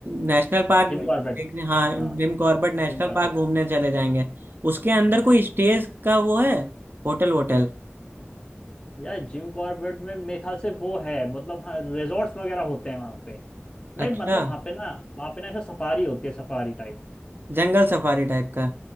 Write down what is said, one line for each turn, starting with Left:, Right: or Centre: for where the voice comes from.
Right: नेशनल पार्क
Left: Jim Corbett
Right: देखने हाँ
Left: हाँ
Right: जिम कॉर्बेट नेशनल
Left: Jim Corbett
Right: पार्क घूमने चले जाएंगे उसके अंदर
Left: हाँ।
Right: कोई स्टेज का वो है होटल होटल
Left: यार जिम कॉर्बेट में मेरे ख्याल से वो है मतलब हाँ रिजॉर्ट्स वगैरह होते हैं वहाँ पे नहीं
Right: अच्छा
Left: मतलब वहाँ पे ना वहाँ पे ना ऐसा सफारी होती है सफारी टाइप
Right: जंगल सफारी टाइप का